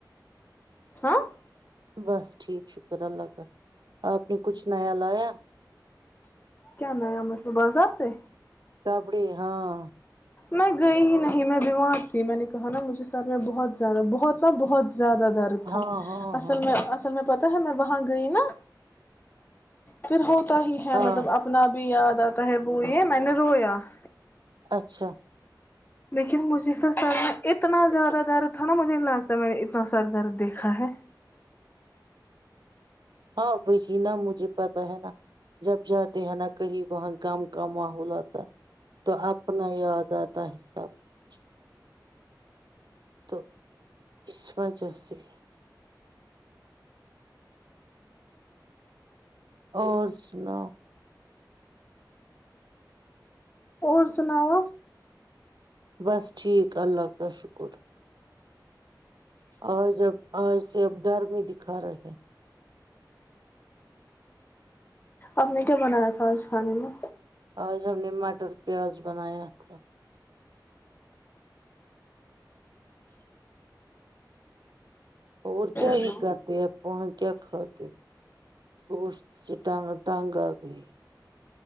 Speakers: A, on the left (about 25°); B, on the right (about 70°).
A: ہاں <inaudible>
B: بس ٹھیک شکر اللہ کا آپ نے کچھ نیا لایا
A: کیا نیا مطلب بازار سے
B: کپڑی ہاں
A: میں گئی ہی نہیں میں بیمار تھی میں نے کہا نا مجھے ساتھ میں بہت زیادہ بہت ن بہت زیادہ درد
B: ہاں
A: تھا
B: ہاں
A: اصل
B: ہاں
A: میں اصل میں پتاہ میں وہاں گئی نا پھر ہو <inaudible> تا ہی ہے
B: ہاں
A: مطلب اپنا بھی یاد <inaudible> تو ہے بوئی ہے میں نے رویا <inaudible>
B: اچھا <inaudible>
A: لیکن مجھے پھر سر میں اتنا زیادہ درد تھا نا مجھے نہیں لگتا میں نے اتنا سارا درد دیکھا ہے
B: ہاں بہ نا مجھے پتا ہے نا جب جاتے ہیں نا کہیں وہاں م کا ماحول آتا ہے تو اپنا یاد آتا ہے سب کچھ تو اس وجہ سے <inaudible> اور سناو
A: اور سناؤ
B: بس ٹھیک اللہ حفظ کا شکر <inaudible> اور جب اور سب گر میں دکھا رہے ہیں <inaudible>
A: آپ نے کیا بنایا تھا آج کھانے میں
B: آج ہم نے مٹر پیاز بناایا تھا اور کیا
A: چلو
B: ہی کرتے آ وہاں کیا کھاتے گوشت سےٹانگ ٹانگ آ گئی